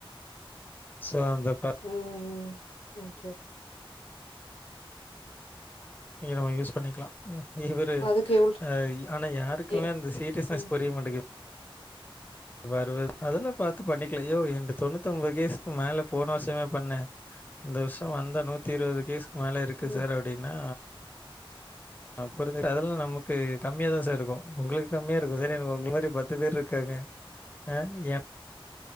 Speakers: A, on the left; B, on the left.
A: சோ அந்த ப
B: ம் ம் ஓகே
A: இங்க நம்ம யூஸ் பண்ணிக்கலா ம் இவரு
B: அதுக்கு எவ்ளோ
A: ஆ ஆனா யாருக்குமே
B: எ
A: அந்த சீரியஸ்னஸ்
B: ம்,
A: புரிய மாட் வருவது அதெல்லா பாத்து பண்ணிக்கலா யோவ் இந்த தொண்ணூத்தொம்போது கேஸ்க்கு மேல போன வர்ஷமே பண்ண இந்த வர்ஷ வந்த நூத்தி இருவது கேஸ்க்கு மேல இருக்கு
B: ம்,
A: சார் அப்டின்னா ஆ புரிஞ்சுக்கது அதெல்லா நமக்கு கம்மியாதா சார் இருக்கு உங்களுக்கு கம்மியா இருக்கு சார் எனக்கு உங்கள மாரி பத்து பேர் இருக்காங்க ஆ எம்